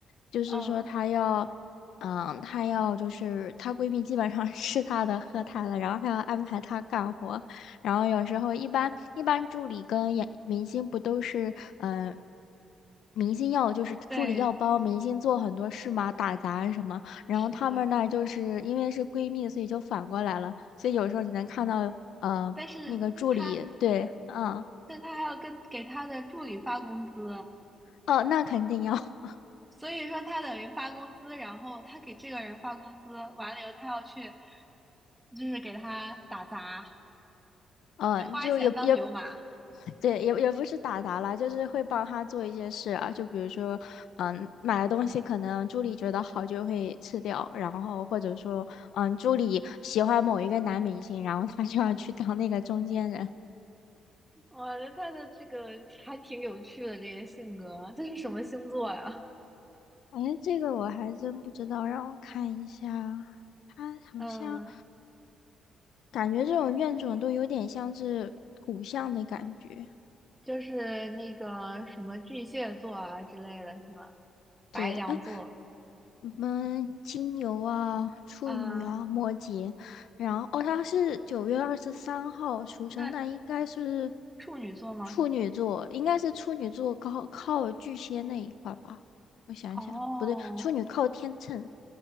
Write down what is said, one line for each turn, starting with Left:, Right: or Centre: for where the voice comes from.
Left: 就是说她要，
Centre: 嗯，
Left: 嗯，她要就是她闺蜜基本上 <laughs> 是她的喝她的，然后还要安排她干活，然后有时候一般一般助理跟演明星不都是，嗯、明星要就是助理要帮明星做很多事嘛，
Centre: 对，
Left: 打杂什么。然后她们那儿就是因为是闺蜜，
Centre: 是的，
Left: 所以就反过来了，所以有时候你能看到，呃，
Centre: 但是他，
Left: 那个助理，对，嗯，
Centre: 但他还要跟给他的助理发工资，
Left: 哦，那肯定要，<laughs>
Centre: 所以说他等于发工资，然后他给这个人发工资，完了以后他要去，就是给他打杂，
Left: 嗯，
Centre: 就花钱当牛马。
Left: 就也也，对，也也不是打杂了，就是会帮她做一些事啊，就比如说，嗯，买的东西可能助理觉得好就会吃掉，然后或者说，嗯，助理喜欢某一个男明星，然后她就要去当那个中间人。
Centre: 哇，那他的这个还挺有趣的，这个性格，这是什么星座呀？
Left: 哎，这个我还真不知道，让我看一下，他好像。
Centre: 嗯，
Left: 感觉这种怨种都有点像是骨相的感觉。
Centre: 就是那个什么巨蟹座啊之类的，是吗？白羊座
Left: 对，哎，你们金牛啊、处女啊、
Centre: 啊，
Left: 摩羯，然后哦，他是九月二十三号出生，
Centre: 那
Left: 那应该是
Centre: 处女座吗？
Left: 处女座，应该是处女座靠靠巨蟹那一块吧？我想想，
Centre: 哦，
Left: 不对，处女靠天秤，